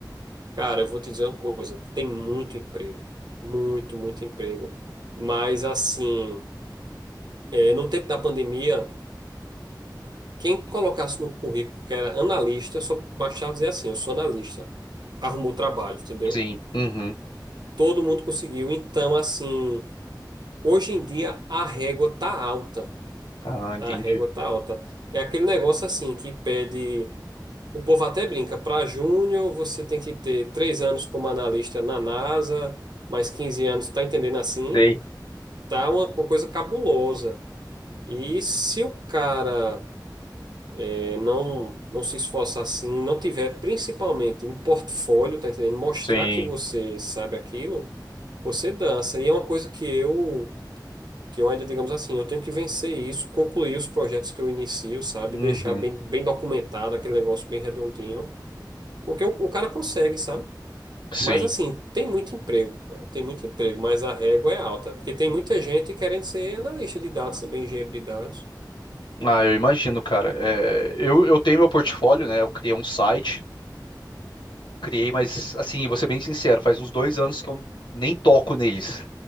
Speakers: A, on the right; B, on the left.
A: Cara, eu vou te dizer uma coisa, tem muito emprego, muito, muito emprego. Mas assim, é, no tempo da pandemia, quem colocasse no currículo que era analista, só bastava dizer assim, eu sou analista, arrumou trabalho, entendeu?
B: Sim. Uhum.
A: Todo mundo conseguiu, então assim... Hoje em dia a régua tá alta.
B: Ah, entendi.
A: A régua tá alta. É aquele negócio assim que pede. O povo até brinca, para júnior você tem que ter três anos como analista na NASA, mais 15 anos, tá entendendo assim?
B: Sei.
A: Tá uma, uma coisa cabulosa. E se o cara é, não, não se esforçar assim, não tiver principalmente um portfólio, tá entendendo? Mostrar
B: Sim.
A: que você sabe aquilo, você dança. E é uma coisa que eu que eu ainda, digamos assim, eu tenho que vencer isso, concluir os projetos que eu inicio, sabe?
B: Uhum.
A: Deixar bem, bem documentado aquele negócio bem redondinho, porque o, o cara consegue, sabe?
B: Sim.
A: Mas assim, tem muito emprego, cara, tem muito emprego, mas a régua é alta, porque tem muita gente querendo ser analista de dados também, engenheiro de dados.
B: Ah, eu imagino, cara. É, eu, eu tenho meu portfólio, né? Eu criei um site criei, mas assim, vou ser bem sincero, faz uns dois anos que eu nem toco neles.